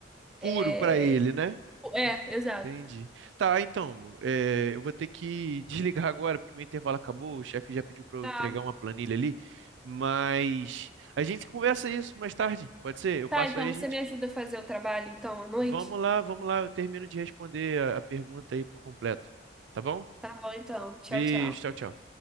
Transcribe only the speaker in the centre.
eh,
É, exato.
Tá.
Tá,
então
você
me ajuda a fazer o trabalho então à noite?
Tá bom, então. Tchau,
tchau.